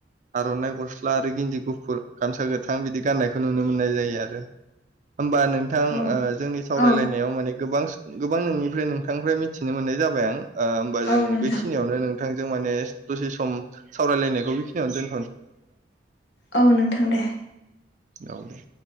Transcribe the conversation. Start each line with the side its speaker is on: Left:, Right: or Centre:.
Right: आर'नाइ गस्ला आरो गिन्दि गुफुर गामसा गोथां बिदि गाननायखौ नुनो मोननाय जायो आरो। होमबा नोंथां
Left: औ
Right: ओ जोंनि सावरायलायनायाव
Left: औ
Right: माने गोबां गोबां नोंनिफ्राय नोंथांनिफ्राय मिथिनो मोननाय जाबाय आं ओ होमबा
Left: औ
Right: जों
Left: नोंथां
Right: बेखिनियावनो नों नोंथांजों माने दसे सम सावरायलायनायखौ बेखिनियावनो दोन
Left: औ नोंथां दे।
Right: औ दे।